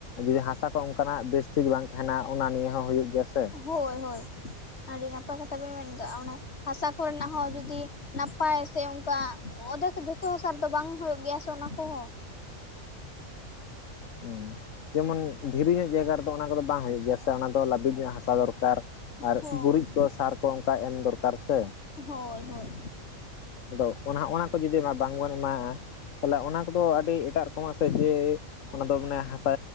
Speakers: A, on the left; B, on the left.
A: ᱡᱩᱫᱤ ᱦᱟᱥᱟ ᱠᱚ ᱚᱱᱠᱟᱱᱟᱜ ᱵᱮᱥ ᱴᱷᱤᱠ ᱵᱟᱝ ᱛᱟᱦᱮᱱᱟ ᱚᱱᱟ ᱱᱤᱭᱮ ᱦᱚᱸ ᱦᱩᱭᱩᱜ ᱜᱮᱭᱟ ᱥᱮ᱾
B: ᱦᱳᱭ ᱦᱳᱭ ᱟᱹᱰᱤ ᱱᱟᱯᱟᱭ ᱠᱟᱛᱷᱟ ᱵᱮᱱ ᱢᱮᱱ ᱠᱟᱜ-ᱟ ᱢᱟᱱᱮ ᱦᱟᱥᱟ ᱠᱚᱨᱮᱱᱟᱜ ᱦᱚᱸ ᱡᱩᱫᱤ ᱱᱟᱯᱟᱭ ᱥᱮ ᱚᱱᱠᱟ ᱚᱫᱷᱮᱠ ᱡᱷᱚᱛᱚ ᱦᱟᱥᱟ ᱨᱮᱫᱚ ᱵᱟᱝ ᱦᱩᱭᱩᱜ ᱜᱮᱭᱟ ᱥᱮ ᱚᱱᱟ ᱠᱚᱦᱚᱸ᱾
A: ᱦᱩᱸ ᱡᱮᱢᱚᱱ ᱫᱷᱤᱨᱤ ᱧᱚᱜ ᱡᱟᱭᱜᱟ ᱨᱮᱫᱚ ᱚᱱᱟ ᱠᱚᱫᱚ ᱵᱟᱝ ᱦᱩᱭᱩᱜ ᱜᱮᱭᱟ᱾ ᱥᱮ ᱚᱱᱟ ᱫᱚ ᱞᱟᱹᱵᱤᱫ ᱧᱚᱜ ᱦᱟᱥᱟ ᱫᱚᱨᱠᱟᱨ ᱟᱨ
B: ᱦᱳᱭ
A: ᱜᱩᱨᱤᱡ ᱠᱚ ᱥᱟᱨ ᱠᱚ ᱚᱱᱠᱟ ᱮᱢ ᱫᱚᱨᱠᱟᱨ ᱥᱮ᱾
B: ᱦᱳᱭ ᱦᱳᱭ᱾
A: ᱟᱫᱚ ᱚᱱᱟ ᱦᱚᱜᱼᱚᱱᱟ ᱠᱚ ᱡᱩᱫᱤ ᱵᱟᱝᱵᱚᱱ ᱮᱢᱟᱣᱟᱜ-ᱟ ᱛᱟᱦᱞᱮ ᱚᱱᱟ ᱠᱚᱫᱚ ᱟᱹᱰᱤ ᱮᱴᱟᱜ ᱨᱚᱠᱚᱢᱟᱜ ᱥᱮ ᱡᱮ ᱚᱱᱟ ᱫᱚ ᱢᱟᱱᱮ ᱦᱟᱥᱟ